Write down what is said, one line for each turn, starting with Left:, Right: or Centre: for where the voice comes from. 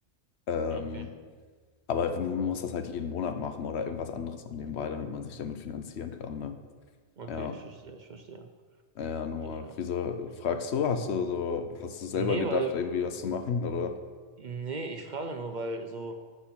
Left: Ähm,
Right: Okay.
Left: aber man muss das halt jeden Monat machen oder irgendwas anderes noch nebenbei, damit man sich damit finanzieren kann. Ne?
Right: Okay,
Left: Ja,
Right: ich verstehe, ich verstehe.
Left: ja, ja, nur
Right: Ja,
Left: mal.
Right: ja.
Left: Wieso fragst du? Hast du so, hast du selber
Right: Nee,
Left: gedacht,
Right: weil,
Left: irgendwie was zu machen? Oder?
Right: nee, ich frage nur, weil so,